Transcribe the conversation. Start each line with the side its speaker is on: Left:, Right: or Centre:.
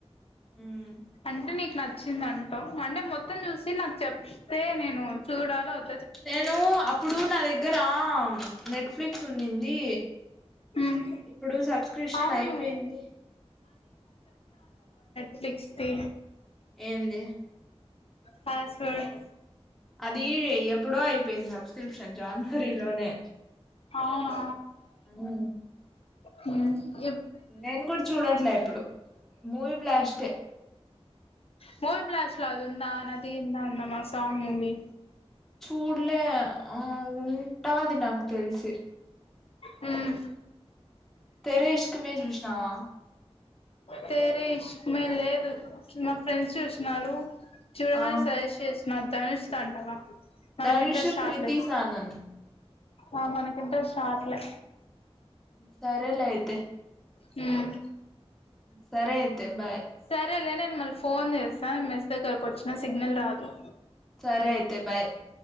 Centre: ఉమ్.
Left: అంటే నీకు నచ్ చ్చిందంటవ్. అంటే మొత్తం చూసి నాకు చెప్తే నేనూ చూడాలో వద్
Centre: నేనూ అప్పుడూ నా దగ్ రామ్ నెట్ఫ్లిక్స్ ఉండిందీ.
Left: ఉమ్
Centre: ఇప్పుడు సబ్స్క్రిప్షన్
Left: అవును
Centre: అయిపోయింది.
Left: ఫ్లిక్స్ దీ
Centre: ఏంది
Left: పాస్వర్డ్
Centre: అదీ ఎప్ ప్పుడో అయిపోయింది సబ్స్క్రిప్షన్ జాన్వరీలోనే
Left: అవునా
Centre: ఊ
Left: హ్మ
Centre: నేను కూడ చూడట్లే ఇప్పుడు. మూవీ బ్లాస్టే.
Left: మూవీ బ్లాస్ట్ లో అదుందా నది ఎంతా అందమా సాంగ్ మూవీ.
Centre: చూడ్లే ఆ ఉంటాది నాకు తెల్సి
Left: మ్మ్
Centre: తెరీష్క్ క్ మే చూసినవా
Left: తేరే ఇష్క్ మే లేదు మా ఫ్రెండ్స్ చూసినారు చూడ
Centre: ఆ
Left: మని సజెస్ట్ చేసి నాద్ దనుష్ దంటగా మనకి
Centre: ధనుషు
Left: ఇంట్రెస్ట్ రాట్లేదు
Centre: క్రితిసానన్
Left: ఆ మనకు ఇంట్రెస్ట్ రాట్లే
Centre: సర్ వెల్ అయితే
Left: మ్మ్
Centre: సరే అయితే బాయ్
Left: సరే లే నేను మళ్ళీ ఫోన్ చేస్తా మెస్ దగ్గరకు వచ్చిన సిగ్నల్ రాదు
Centre: సరే అయితే బాయ్